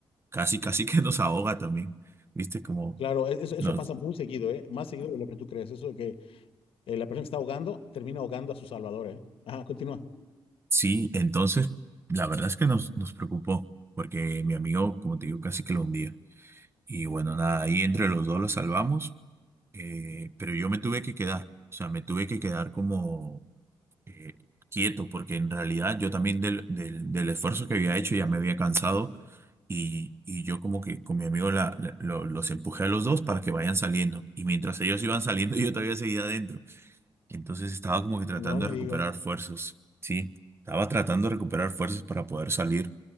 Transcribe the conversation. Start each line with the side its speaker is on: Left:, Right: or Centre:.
Right: casi, casi que nos ahoga también, ¿viste? Como
Left: Claro, e- eso, eso
Right: nos...
Left: pasa muy seguido, ¿eh? Más seguido de lo que tú crees. Eso de que eh, la persona que está ahogando termina ahogando a su salvador, ¿eh? Ajá, continúa.
Right: Sí, entonces la verdad es que nos, nos preocupó porque mi amigo, como te digo, casi que lo hundía. Y bueno, nada, ahí entre los dos lo salvamos, eh, pero yo me tuve que quedar, o sea, me tuve que quedar como... eh, quieto, porque en realidad yo también del, del, del esfuerzo que había hecho ya me había cansado y, y yo como que con mi amigo la- la- lo- los empujé a los dos para que vayan saliendo y mientras ellos iban saliendo <laughs> yo todavía seguía adentro. Entonces estaba como que tratando
Left: No me
Right: de
Left: digas.
Right: recuperar fuerzas, ¿sí? Estaba tratando de recuperar fuerzas para poder salir